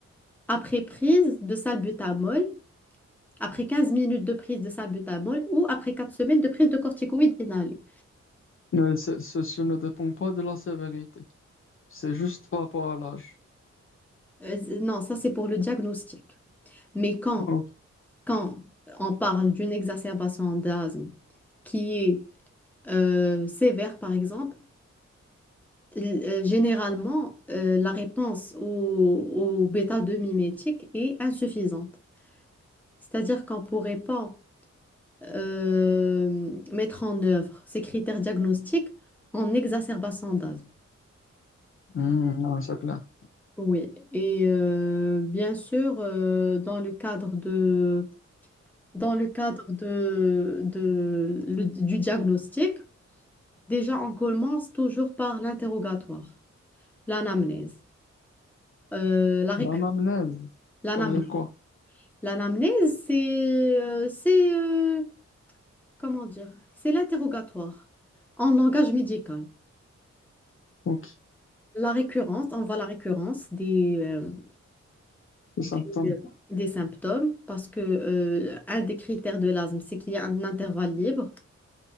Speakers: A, in the centre; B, on the left.
A: après prise de salbutamol, après 15 minutes de prise de salbutamol ou après 4 semaines de prise de corticoïdes inhalés.
B: Euh, ce- ceci ne dépend pas de la sévérité. C'est juste par rapport à l'âge.
A: Euh, c'est- non, ça c'est pour le diagnostic. Mais quand,
B: Ah, Ok.
A: quand on parle d'une exacerbation d'asthme qui est euh, sévère, par exemple, l- euh, généralement, euh, la réponse au, au bêta-2 mimétique est insuffisante. C'est-à-dire qu'on ne pourrait pas euh, mettre en œuvre ces critères diagnostiques en exacerbation d'asthme.
B: Hmm, non, c'est clair.
A: Oui, et euh, bien sûr, euh, dans le cadre de, dans le cadre de, de- le- du diagnostic, déjà on commence toujours par l'interrogatoire, l'anamnèse, euh, la récu-
B: L'anamnèse,
A: l'anamnèse.
B: ça veut dire quoi?
A: L'anamnèse, c'est, euh, c'est, euh, comment dire, c'est l'interrogatoire en langage médical.
B: Ok.
A: La récurrence, on voit la récurrence des, euh,
B: Les
A: des,
B: symptômes.
A: euh, des symptômes parce que euh, un des critères de l'asthme, c'est qu'il y a un intervalle libre.